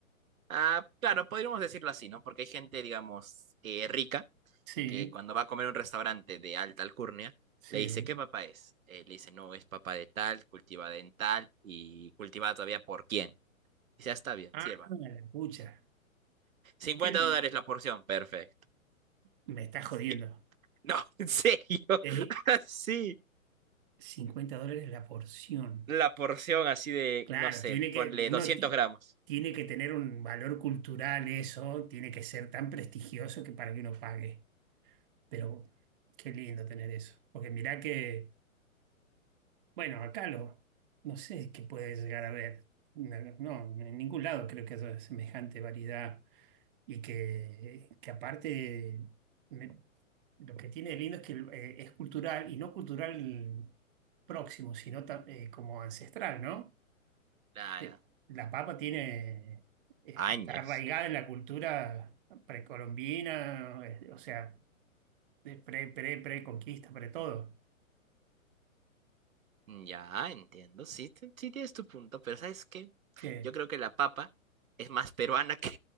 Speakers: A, on the right; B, on the right.
A: Ah, claro, podríamos decirlo así, ¿no? Porque hay gente, digamos, eh, rica,
B: Sí,
A: que cuando va a comer a un restaurante de alta alcurnia,
B: sí.
A: le dice, ¿qué papá es? Eh, le dice, no, es papá de tal, cultivada en tal y cultivada todavía por quién. Dice, "Ah, está bien,
B: Ah,
A: sirva.
B: la pucha.
A: 50
B: ¿Qué, l-
A: dólares la porción, perfecto.
B: me está jodiendo.
A: Y- No, <laughs> en serio,
B: Es
A: <laughs> así,
B: 50 dólares la porción.
A: la porción así de,
B: Claro,
A: no sé,
B: tiene que,
A: ponle
B: uno
A: doscientos
B: ti-
A: gramos.
B: tiene que tener un valor cultural eso, tiene que ser tan prestigioso que para que uno pague. Pero qué lindo tener eso. Porque mirá que, bueno, acá lo, no sé qué puede llegar a ver. No, no, en ningún lado creo que haya semejante variedad. Y que, que aparte, me- lo que tiene de lindo es que eh, es cultural y no cultural próximo, sino ta- eh, como ancestral, ¿no?
A: Claro,
B: eh, la papa tiene, eh,
A: años.
B: está arraigada en la cultura precolombina, eh, o sea, de pre, pre, pre-conquista, pre todo.
A: Mm, Ya, entiendo, sí, ti- sí tienes tu punto, pero ¿sabes qué?
B: Que,
A: Yo creo que la papa es más peruana que,